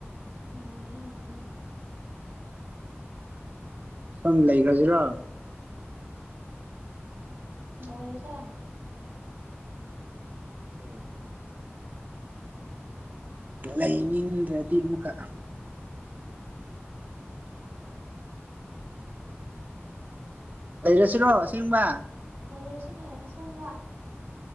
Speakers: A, on the right; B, on the right.
A: ꯅꯨꯡꯉꯥꯏꯔꯦꯅꯦ ꯑꯗꯨꯗꯤ
B: ꯁꯨꯝ ꯂꯩꯒꯔꯥꯖꯤꯔꯥ
A: ꯂꯩꯔꯁꯦ
B: ꯎꯝ ꯂꯩꯅꯤꯡꯗ꯭ꯔꯗꯤ ꯑꯃꯨꯛꯀ ꯂꯩꯔꯁꯤꯔꯣ ꯑꯁꯦꯡꯕ
A: ꯂꯩꯔꯁꯤꯅꯦ ꯑꯁꯦꯡꯕ